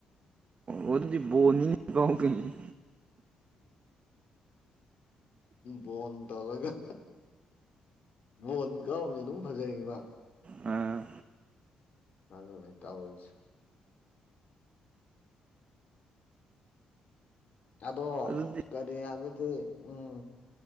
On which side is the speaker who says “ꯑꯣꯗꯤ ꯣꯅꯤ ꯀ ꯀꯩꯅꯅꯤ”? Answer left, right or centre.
Right